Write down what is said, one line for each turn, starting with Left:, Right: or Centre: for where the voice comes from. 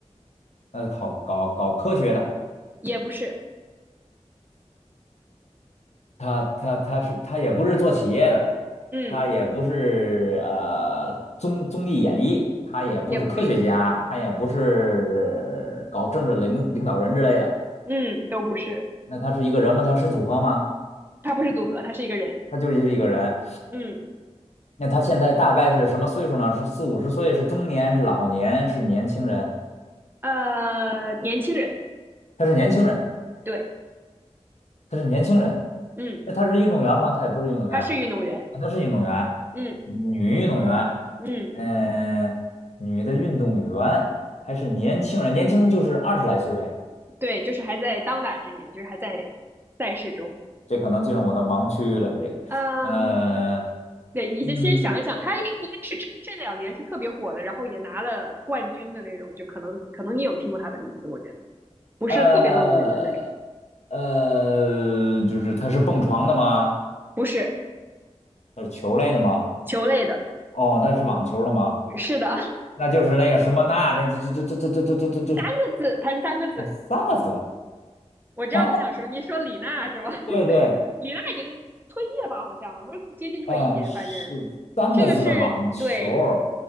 Left: 那搞搞搞科学的，
Right: 也不是，
Left: 他他他是他也不是做企业的，
Right: 嗯，
Left: 他也不是呃综综艺演艺，他也不是科学家，
Right: 也不是，
Left: 他也不是搞政治领领导人之类的。
Right: 嗯，都不是，
Left: 那他是一个人吗？他是组合吗？
Right: 他不是组合，他是一个人，
Left: 他就是一个人。
Right: 嗯，
Left: 那他现在大概是什么岁数呢？是四五十岁，是中年，是老年，是年轻人？
Right: 呃，年轻人，
Left: 他是年轻人，
Right: 对，
Left: 他是年轻人。
Right: 嗯，
Left: 那他是运动员吗？他也不是运动员
Right: 他是运动员，
Left: 啊，他是运动员，
Right: 嗯
Left: 女运动员，
Right: 嗯，
Left: 嗯、女的运动员还是年轻人，年轻就是二十来岁呗。
Right: 对，就是还在当打之年，就是还在赛事中，
Left: 这可能进入我的盲区了，这个，
Right: 嗯，
Left: 呃，
Right: 对，你就先想一想，
Left: 嗯，
Right: 他应应该是这这两年是特别火的，然后也拿了冠军的那种，就可能可能你有听过他的名字，我觉得不是特别冷门的那种，
Left: 呃，呃，就是他是蹦床的吗？
Right: 不是
Left: 他是球类的吗？
Right: 球类的，
Left: 哦，他是网球的吗？
Right: 是的，<laughs>
Left: 那就是那个什么那那这这这这这这这这这
Right: 三个字，他是三个字，
Left: 哦，三个字的，
Right: 我知道你想说，
Left: 三个
Right: 你说李娜是吗？<laughs>
Left: 对对，
Right: 李娜已经退役了吧？好像不是接近退役，
Left: 嗯，是三个字的网球儿
Right: 反正这个是对